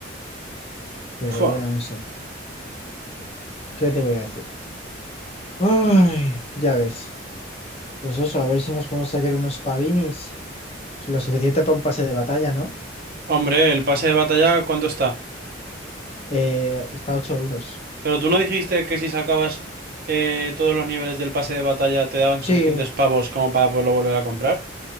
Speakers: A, on the left; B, on the right.
A: pero
B: Fua.
A: bueno, eso, ¿qué te voy a decir? Ay, ya ves, pues eso, a ver si nos podemos sacar unos pavinis, lo suficiente para un pase de batalla, ¿no?
B: Hombre, el pase de batalla, ¿cuánto está?
A: Eh, está a 8 euros.
B: Pero tú no dijiste que si sacabas eh, todos los niveles del pase de batalla te daban
A: Sí,
B: suficientes pavos como para poderlo volver a comprar.